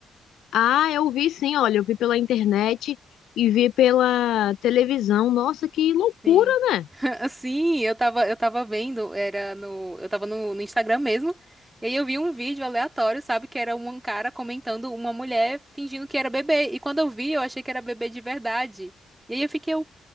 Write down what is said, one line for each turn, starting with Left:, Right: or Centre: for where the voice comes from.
Left: Ah, eu vi sim, olha, eu vi pela internet e vi pela televisão. Nossa, que loucura,
Right: Sim.
Left: né?
Right: <laughs> Sim, eu tava, eu tava vendo, era no, eu tava no, no Instagram mesmo. E aí eu vi um vídeo aleatório, sabe, que era um cara comentando uma mulher fingindo que era bebê. E quando eu vi, eu achei que era bebê de verdade. E aí eu fiquei, eu,